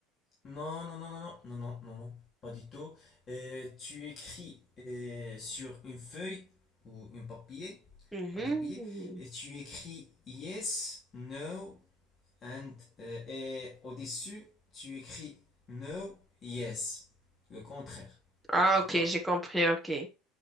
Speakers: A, on the left; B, in the centre.
A: Non, non, non, non, non, non, non, non, non, pas du tout. Euh, tu écris euh, sur une feuille ou un papier,
B: Mhm.
A: un papier, et tu écris yes, no And, euh, et au-dessus, tu écris no, yes, le contraire.
B: Ah,
A: D'accord?
B: ok, j'ai compris, ok.